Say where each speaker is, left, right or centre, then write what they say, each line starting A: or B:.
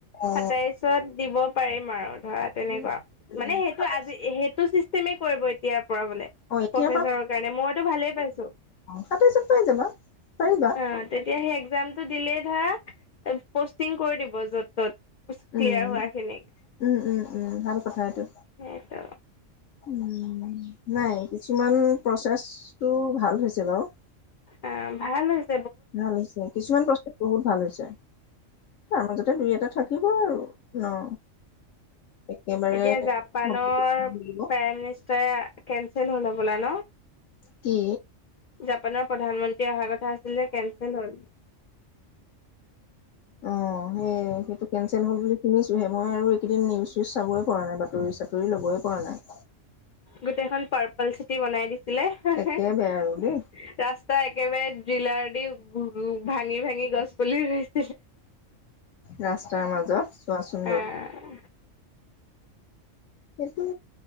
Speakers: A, on the left; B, on the left.
A: অ
B: সাতাইশত দিব পাৰিম আৰু ধৰা তেনেকুৱা
A: উম
B: মানে
A: উম
B: সেইটো আজি সেইটো চিষ্টেমে কৰিব এতিয়া কৰাবলে
A: অ এতিয়াৰ
B: প্ৰফেছাৰৰ
A: পৰা
B: কাৰণে মইতো ভালেই পাইছো।
A: সাতাইশ পাই যাবা পাৰিবা
B: অ, তেতিয়া সেই একজামটো দিলেই ধৰা পষ্টিং কৰি দিব যত তত। ক্লিয়াৰ
A: উম -
B: হোৱা খিনিক
A: উম - উম - উম ভাল কথা এইটো।
B: সেইটো
A: উম, নাই কিছুমান প্ৰচেছটো ভাল হৈছে বাৰু।
B: অ, ভাল হৈছে।
A: ভাল হৈছে কিছুমান প্ৰস্তুত বহুত ভাল হৈছে। তাৰ মাজতে দুই এটা থাকিব আৰু ন। একেবাৰে
B: এতিয়া জাপানৰ
A: লাগিব।
B: প্ৰাইম মিনিষ্টাৰে কেনচেল হল হবলা ন।
A: কি?
B: জাপানৰ প্ৰধানমন্ত্ৰী অহাৰ কথা আছিল যে কেনচেল হ'ল।
A: অ, সেই সেইটো কেনচেল হল বুলি শুনিছো হে মই আৰু এইকেইদিন নিউজ চউজ চাবই পৰা নাই বাতৰি চাতৰি ল'বই পৰা নাই।
B: গোটেইখন পাৰ্পল চিটি বনাই দিছিলে হা -
A: একে
B: হা ৰাস্তা
A: বেয়া আৰু দেই
B: ত'একেবাৰে জিলাৰ দি ভাঙি - ভাঙি গছ পুলি ৰুইছে।
A: ৰাস্তাৰ মাজত চোৱাচোন
B: আহ
A: বাৰু। সেইটো